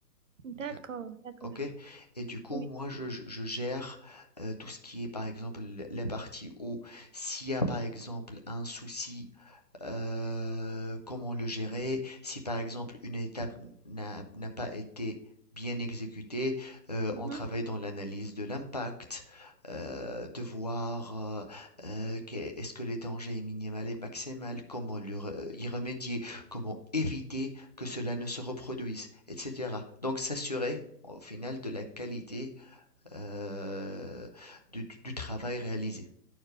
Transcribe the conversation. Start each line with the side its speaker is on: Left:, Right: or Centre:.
Right: d'accord,
Left: D'ac-
Right: d'accord,
Left: Ok?
Right: d'accord.
Left: Et du coup,
Right: Oui.
Left: moi, je, je- je gère euh, tout ce qui est, par exemple, la partie où s'il y a, par exemple, un souci euh, comment le gérer, si par exemple une étape n'a n'a pas été bien exécutée, euh,
Right: Mhm.
Left: on travaille dans l'analyse de l'impact, euh, de voir euh, euh, que- est-ce que le danger est minimal et maximal, comment le re- y remédier, comment éviter que cela ne se reproduise, etc. Donc s'assurer au final de la qualité euh, du du- du travail réalisé.